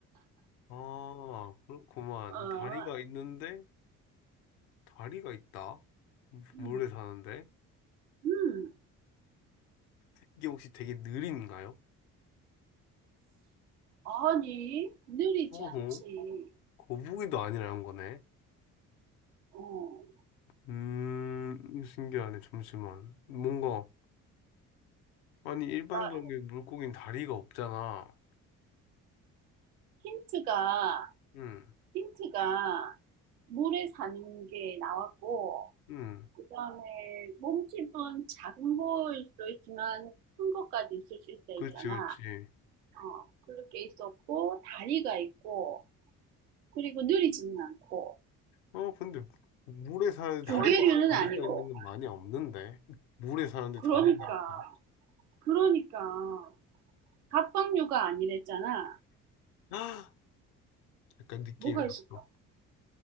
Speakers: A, on the left; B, on the right.
A: 아, 그렇구만.
B: 어,
A: 다리가 있는데, 다리가 있다?
B: 음,
A: 모래 사는데?
B: 음.
A: 이게 혹시 되게 느린가요?
B: 아니, 느리지
A: 어허,
B: 않지.
A: 거북이도 아니라는 거네.
B: 어,
A: 음, 신기하네. 잠시만. 뭔가, 아니, 일반적인
B: 나
A: 물고기는 다리가 없잖아.
B: 힌트가,
A: 응,
B: 힌트가 물에 사는 게 나왔고,
A: 응.
B: 그 다음에 몸집은 작은 거일 수도 있지만 큰 것까지 있을 수 있다 했잖아.
A: 그렇지, 그렇지.
B: 어, 그렇게 있었고, 다리가 있고, 그리고 느리지는 않고,
A: 어, 근데 물에 사는데
B: 조개류는
A: 다리가, 다리가
B: 아니고.
A: 있는 건 많이 없는데. 물에 사는데
B: 그러니까,
A: 다리가 있다.
B: 그러니까. 갑각류가 아니랬잖아.
A: 아, 약간 느낌이
B: 뭐가
A: 왔어.
B: 있을까?